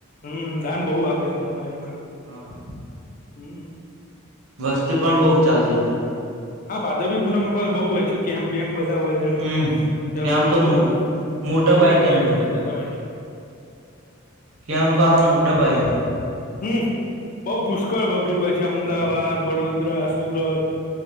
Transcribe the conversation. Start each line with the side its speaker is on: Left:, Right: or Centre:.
Left: હમ દાન બહુ આવે છે અંબાજીમાં.
Right: હા
Left: હમ
Right: વસ્તી પણ બહુ ચાલતી જાય
Left: હા, ભારદરવી પૂનમે બ બઉ હોય છે કેમ્પ બેમ્પ બધા હોય છે.
Right: હમ
Left: ત્યાં
Right: કેમ્પ
Left: લોકો
Right: તો
Left: બઉ
Right: મોટા
Left: બઉ
Right: પાયે
Left: લોકો
Right: કેમ્પ
Left: હેડતાં
Right: હોય
Left: જતા હોય
Right: કેમ્પ પાહા, મોટા પાયે હોય
Left: હમ બઉ પુષ્કળ પબ્લિક હોય છે, અમદાવાદ, વડોદરા, સુરત